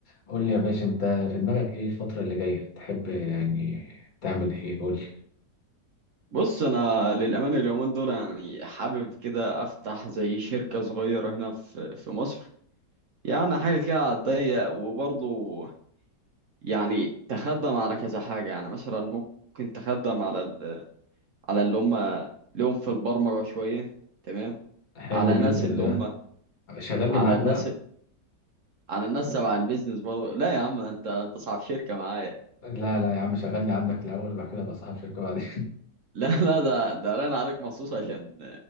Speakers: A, on the left; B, on the right.
A: قول لي يا باشا انت في دماغك ايه الفترة اللي جاية تحب يعني تعمل ايه قول لي
B: بص انا للامانه اليومين دول يعني حابب كده افتح زي شركه صغيره هنا في في مصر يعني حاجه كده على الضيق وبرضه يعني تخدم على كذا حاجه يعني مثلا ممكن تخدم على ال... على اللي هم لهم في البرمجه شويه تمام
A: حلو
B: على ناس
A: جدا
B: اللي
A: ده
B: هم
A: شغلني
B: على
A: معاك
B: الناس
A: بقى
B: على الناس تبع البيزنس برضه لا يا عم انت انت صاحب شركه معايا
A: لا لا يا عم شغلني عندك الاول وبعد كده بقى صاحب شركة بعدين
B: <laughs> لا لا ده ده رن عليك مخصوص عشان